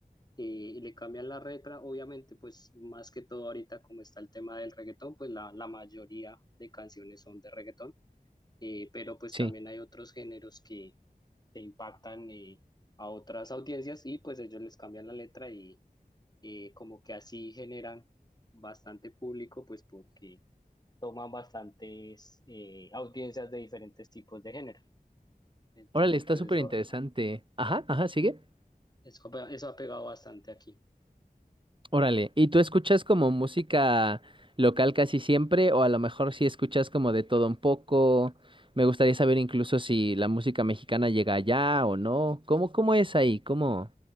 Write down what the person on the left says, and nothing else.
y, y le cambian la letra, obviamente, pues más que todo ahorita como está el tema del reggaetón, pues la, la mayoría de canciones son de reggaetón, eh, pero pues
también hay otros géneros que, que impactan eh, a otras audiencias y pues ellos les cambian la letra y eh, como que así generan bastante público, pues porque toman bastantes eh, audiencias de diferentes tipos de género. Entonces,
pues
eso,
eso, eso ha pegado bastante aquí.